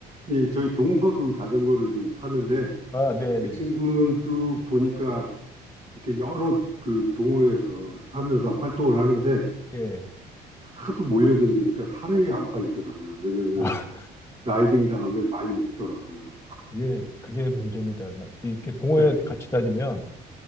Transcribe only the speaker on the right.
이 저희 동서도 자전거를 좀 타는데
그
친구도 보니까 이렇게 여러 그 동호회에서 하면서 활동을 하는데
하도 몰려댕기니까 살이 안 빠지더라고요. 왜냐면
라이딩 다음에 많이 먹더라고요.
예,